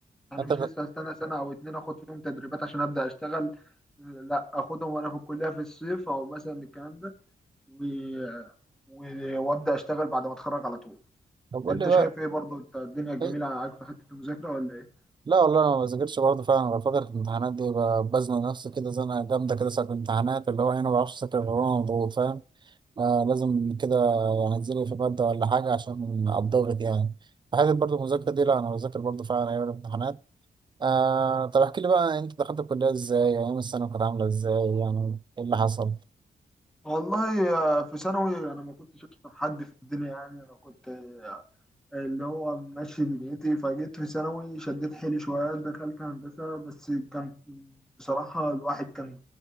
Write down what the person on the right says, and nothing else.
انت
بت...
طب قول
لي بقى
إيه؟
لا والله انا ما بذاكرش برضه فعلا غير فتره الامتحانات دي ب- بزنق نفسي كده زنقه جامده كده ساعه الامتحانات اللي هو إيه، انا ما بعرفش اذاكر غير وانا مضغوط فاهم آه لازم كده هنزله في مادة ولا حاجة عشان الضغط يعني فحته برضه المذاكرة دي لا أنا بذاكر برضه فعلا أيام الامتحانات آه طب احكي لي بقى أنت دخلت الكلية إزاي يعني أيام السنة كانت عاملة إزاي يعني إيه اللي حصل